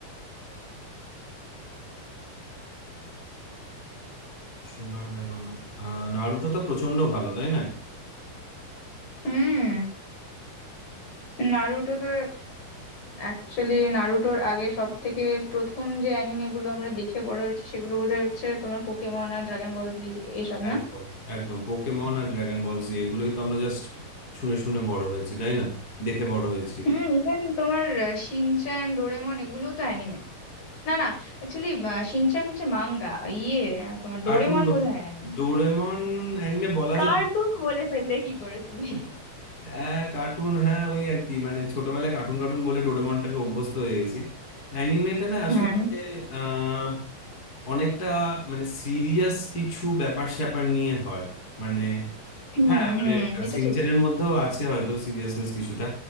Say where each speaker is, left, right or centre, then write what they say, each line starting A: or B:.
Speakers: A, on the left (about 25°); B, on the left (about 50°).
A: শোনা গেল না আহ নারুটো তো প্রচন্ড ভালো তাই না
B: হুম নারুটোতে অ্যাকচুয়ালি নারুটোর আগে সব থেকে প্রথম যে অ্যানিমে গুলো আমরা দেখে বড় হয়েছি সেগুলো বোধহয় হচ্ছে তোমার পোকেমন আর ড্রাগন বল জি এসব না
A: একদম একদম পোকেমন আর ড্রাগন বল জি এগুলোই তো আমরা জাস্ট শুনে শুনে বড় হয়েছি তাই না দেখে বড় হয়েছি
B: হুম ইভেন তোমার আহ, শিনচ্যান ডোরেমন এগুলো তো অ্যানিমে না না অ্যাকচুয়ালি শিনচ্যান হচ্ছে মাঙ্গা ইয়ে আহ, তোমার
A: কার্টুন
B: ডোরেমন
A: বল-
B: বোধহয় অ্যানিমে
A: ডোরেমন অ্যানিমে বলা
B: কার্টুন
A: যেত
B: বলে ফেললে কি করে তুমি
A: হ্যাঁ কার্টুন হ্যাঁ ওই আর কি মানে ছোটবেলায় কার্টুন কার্টুন বলে ডোরেমনটাকে অভ্যস্ত হয়ে গেছি অ্যানিমেটা না আসলে
B: হ্যাঁ
A: আহ অনেকটা মানে সিরিয়াস কিছু ব্যাপার স্যাপার নিয়ে হয় মানে
B: হুম
A: হ্যাঁ মানে
B: হুম এটা
A: সিনচানের
B: ঠিক
A: মধ্যেও আছে হয়তো সিরিয়াসনেস কিছুটা